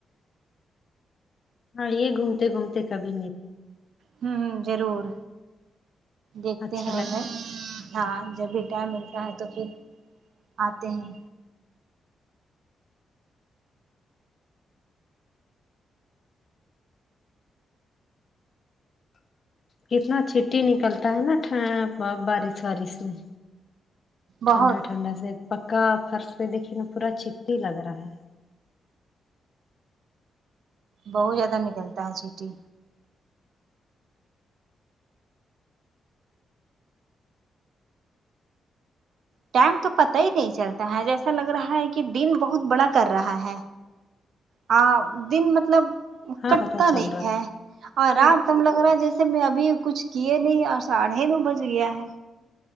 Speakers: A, on the left; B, on the right.
A: ہاں یے گھومتے گھومتے کبھی میر
B: ہمم ضرور دیکھتے
A: اچھا
B: ہیں
A: لگتا
B: ادھر ہاں جب بھی ٹائم ملتا ہے تو پھر آتے ہیں
A: کتنا چھٹی نکلتا ہے نا ٹھیں بارش وارش میں ٹھنڈا
B: بہت
A: ٹھنڈا سے پکا فرش پے دیکھیے نا پورا چٹی لگ رہا ہے
B: بہت زیادہ نکلتا ہے سیٹی ٹائم تو پتہ ہی نہیں چلتا ہے جیسا لگ رہا ہے کہ دن بہت بڑا کر رہا ہے ہاں دن مطلب
A: ہاں
B: کٹتا
A: پتا چل
B: نہیں
A: رہا
B: ہے اور رات تب لگ رہا ہے جیسے میں ابھی کچھ کیے نہیں اور ساڑھے نو بج گیا ہے